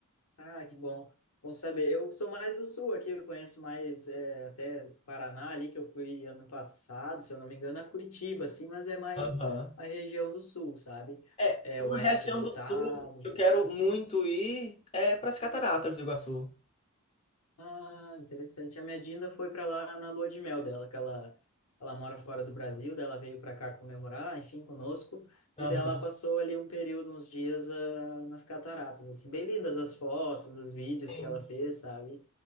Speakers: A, on the left; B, on the left.
A: Ah, que bom. Bom saber. Eu sou mais do sul aqui, eu conheço mais é, até Paraná ali, que eu fui ano passado, se eu não me engano, a Curitiba, assim, mas é mais
B: Aham.
A: a região do sul, sabe?
B: É,
A: É
B: uma
A: oeste
B: região
A: do estado,
B: do sul que eu quero muito ir é para as Cataratas do Iguaçu.
A: Ah, interessante. A minha Dinda foi para lá na lua de mel dela, que ela, ela mora fora do Brasil, daí ela veio para cá comemorar, enfim, conosco,
B: Aham.
A: e daí ela passou ali um período, uns dias ah, nas cataratas, assim, bem lindas as fotos, os vídeos
B: Sim.
A: que ela fez, sabe?